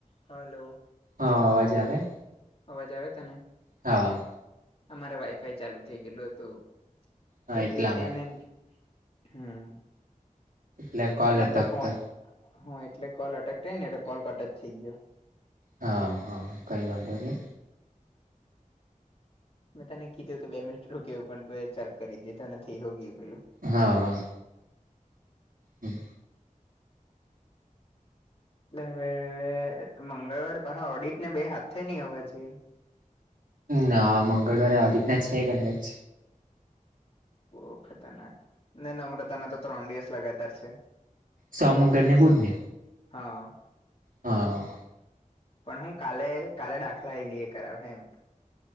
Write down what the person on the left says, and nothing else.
Hello.
અવાજ આવે તને?
અમારે વાઈફાઈ ચાલુ થઈ ગયેલું હતું.
તે
તેને
હમ્મ.
એટલે
ફોન હા એટલે કોલ અટક ટેને ને તો કોલ કટ જ થઈ ગ્યો.
મેં તને કીધું કે બે મિનિટ રૂક કેવ પણ તુંએ ચાલુ કરી દીધું ને થઈ હો ગ્યું પેલું.
એટલે હવે મંગળવાર પાછા ઓડિટ ને બે હાથે ની હોવા જોઈએ.
બો ખતરનાક ને નમ્રતાના તો ત્રણ દિવસ લગાતાર છે.
હા.
પણ હું કાલે કાલે દાખલા એલી એ કરવહે એમ.